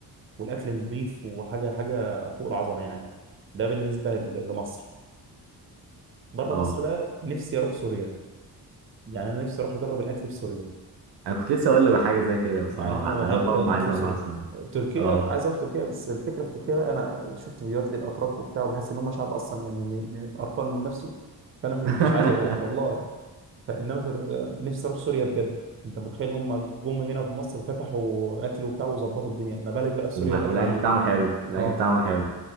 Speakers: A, on the right (about 30°); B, on the right (about 85°).
A: والاكل نظيف وحاجه حاجه فوق العظمه يعني ده بالنسبه ل- لمصر بره
B: أه
A: مصر بقى نفسي اروح سوريا يعني انا نفسي اروح اجرب الاكل في سوريا
B: أنا كنت لسه أقول لك حاجة زي كده بصراحة
A: يعني انا
B: أنا
A: بحب
B: برضه
A: الاكل
B: عايز أروح
A: في سوريا
B: سويسرا
A: تركيا
B: أه
A: عايز اروح تركيا بس الفكره في تركيا بقى انا شفت فيديوهات للاتراك وبتاع وبحس ان هم شعب اصلا يعني م- م- قرفان من نفسه فانا ما
B: <laughs>
A: ببقاش عايز اروح والله فانما تر... نفسي اروح سوريا بجد انت متخيل هم جم هنا في مصر فتحوا اكل وبتاع وظبطوا الدنيا ما بالك بقى في سوريا
B: ومع-
A: الاكل
B: والأكل
A: عامل
B: بتاعهم
A: ايه
B: حلو الأكل
A: اه
B: بتاعهم حلو